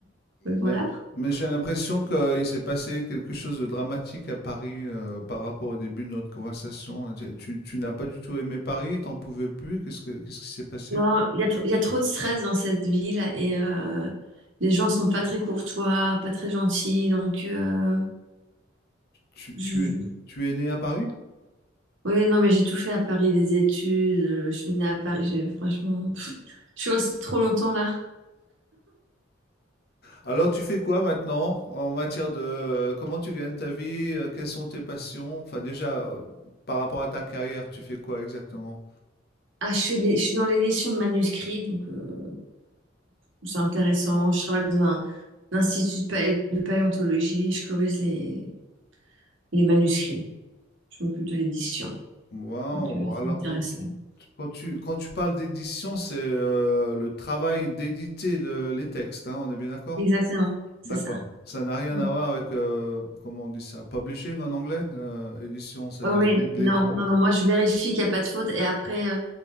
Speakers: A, on the right; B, on the left.
A: me voilà.
B: Mais, mais j'ai l'impression qu'il s'est passé quelque chose de dramatique à Paris euh, par rapport au début de notre conversation. Tu, tu- tu n'as pas du tout aimé Paris, t'en pouvais plus. Qu'est-ce que, qu'est-ce qui s'est passé?
A: Non, il y a, tr- il y a trop de stress dans cette ville et euh, les gens sont pas très courtois, pas très gentils. Donc, euh,
B: Tu,
A: je-
B: tu es, tu es né à Paris?
A: oui, non, mais j'ai tout fait à Paris, des études, euh, je suis née à Paris, j'ai- franchement. Je suis restée trop longtemps là.
B: Alors tu fais quoi maintenant en matière de comment tu gagnes ta vie, euh, quelles sont tes passions? Enfin déjà, euh, par rapport à ta carrière, tu fais quoi exactement?
A: Ah, je fais des- je suis dans l'édition de manuscrits, donc euh, c'est intéressant. Je travaille dans un, un institut de, palé- de paléontologie. et Je corrige les, les manuscrits. Je m'occupe de l'édition,
B: Waouh,
A: donc euh,
B: alors
A: c'est intéressant.
B: quand, tu- quand tu quand tu parles d'édition, c'est euh, le travail d'éditer le- les textes, hein, on est bien d'accord?
A: Exactement, c'est
B: D'accord.
A: ça.
B: Ça n'a rien
A: Mm.
B: à voir avec, euh, comment on dit ça, publishing en anglais? Euh, édition, c'est
A: Ouais, ouais.
B: les, les- les
A: Non,
B: droits.
A: non, non. Moi, je vérifie qu'il n'y a pas de faute et après, euh,